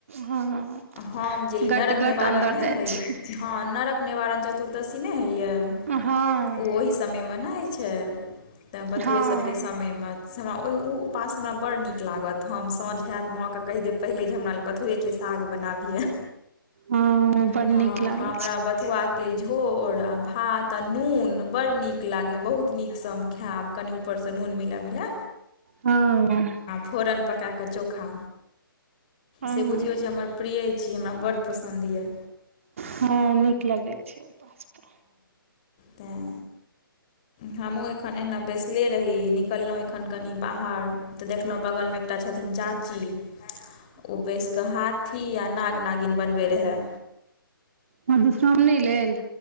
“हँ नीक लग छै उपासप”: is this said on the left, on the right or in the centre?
Right